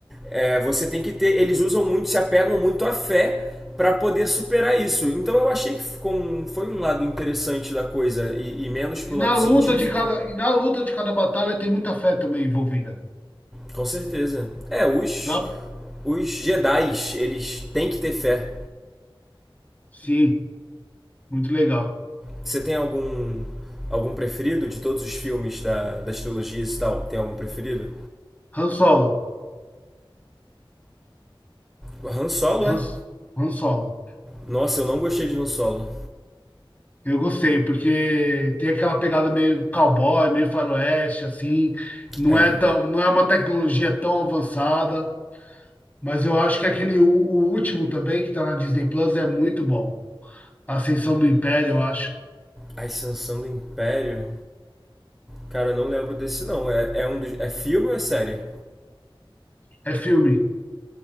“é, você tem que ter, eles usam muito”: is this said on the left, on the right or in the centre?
Centre